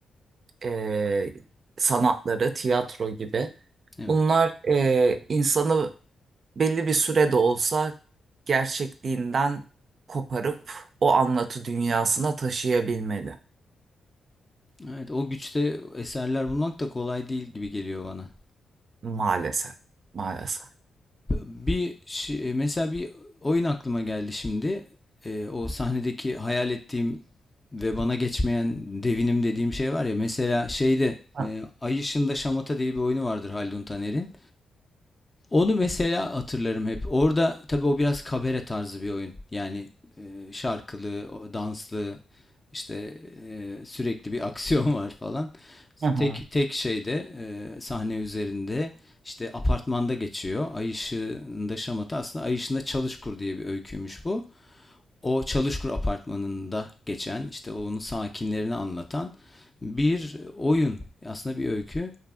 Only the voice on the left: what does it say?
Evet.
Evet o güçte eserler bulmak da kolay değil gibi geliyor bana.
Bir şi- e, mesela bir oyun aklıma geldi şimdi. Ee, o sahnedeki hayal ettiğim ve bana geçmeyen devinim dediğim şey var ya. Mesela şeyde
e, Ay Işığında Şamata diye bir oyunu vardır Haldun Taner'in. Onu mesela hatırlarım hep. Orada tabii o biraz kabare tarzı bir oyun. Yani e, şarkılı, o danslı, işte e, sürekli bir <laughs> aksiyon var falan.
Tek tek şeyde e, sahne üzerinde işte apartmanda geçiyor. Ay ışığında şamata aslında Ay ışığında Çalışkur diye bir öyküymüş bu. O Çalışkur apartmanında geçen işte onun sakinlerini anlatan bir oyun aslında bir öykü